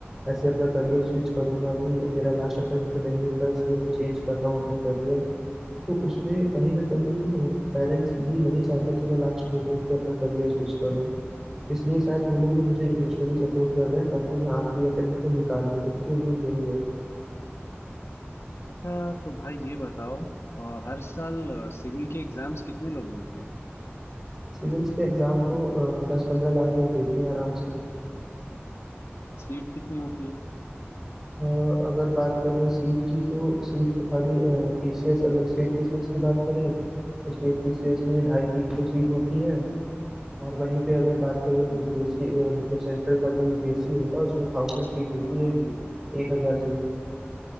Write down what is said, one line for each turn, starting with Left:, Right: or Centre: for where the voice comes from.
Right: ऐसे अपना करियर स्विच करूंगा कि मेरा लास्ट अटेम्प्ट नहीं हो रहा इसलिए मैं चेंज कर रहा हूँ अपना करियर तो उसमें कहीं ना कहीं पेरेंट्स भी नहीं चाहते कि मैं लास्ट मोमेंट पे अपना करियर स्विच करूँ इसलिए शायद वो लोग भी मुझे इमोशनली सपोर्ट कर रहे हैं ताकि मैं आखिरी अटेम्प्ट को निकाल लूँ उनकी उम्मीद यही है
Left: अच्छा तो भाई ये बताओ अ, हर साल सिविल के एग्जाम्स कितने लोग देते हैं
Right: सिविल्स के एग्जाम तो दस पंद्रह लाख लोग देते हैं आराम से
Left: सीट कितनी होती है
Right: अ, अगर बात करें सीट की तो सीट तो खाली पीसीएस अगर स्टेट पीसीएस की बात करें तो स्टेट पीसीएस में ढाई तीन तो सीट होती है और वहीं पे अगर बात करें यूपीएससी मतलब सेंट्रल का जो यूपीएससी होता है उसमें थाउजेंड सीट होती
Left: हम्म हम्म
Right: है
Left: हम्म।
Right: एक हजार सीट